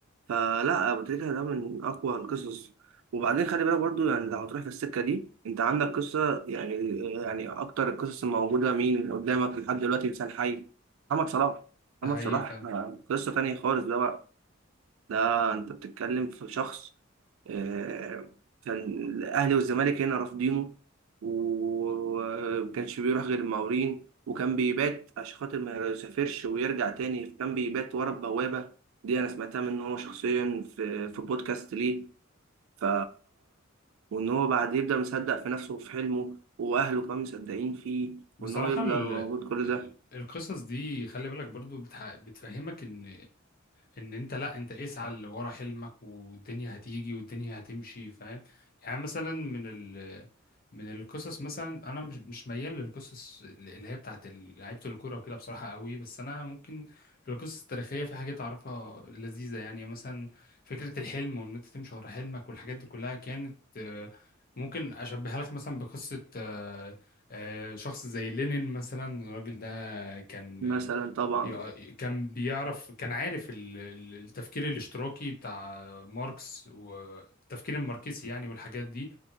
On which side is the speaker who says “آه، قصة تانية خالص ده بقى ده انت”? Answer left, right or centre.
Right